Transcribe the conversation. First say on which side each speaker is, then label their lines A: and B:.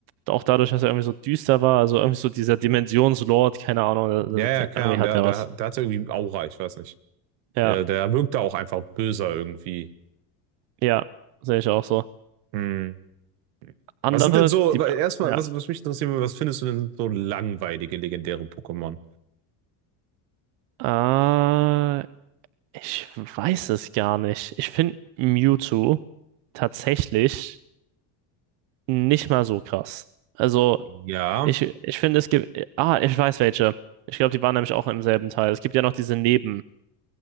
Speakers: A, on the right; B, on the right.
A: auch dadurch, dass er irgendwie so düster war, also irgendwie so dieser Dimensionslord, keine Ahnung, das,
B: Ja,
A: das,
B: ja, keine
A: irgendwie
B: Ahnung.
A: hat
B: Der,
A: er
B: der,
A: was.
B: der hatte irgendwie Aura, ich weiß nicht.
A: Ja,
B: Der, der wirkte auch einfach böser irgendwie.
A: ja, sehe ich auch so.
B: Hm.
A: Andere,
B: Was sind denn so,
A: die
B: weil erstmal,
A: mir,
B: was, was mich interessieren würde, was findest du denn so langweilige, legendäre Pokémon?
A: ja. Ich weiß es gar nicht. Ich finde Mewtwo tatsächlich nicht mal so krass. Also,
B: Ja,
A: ich, ich finde, es gibt. Ah, ich weiß welche. Ich glaube, die waren nämlich auch im selben Teil. Es gibt ja noch diese nebenlegendären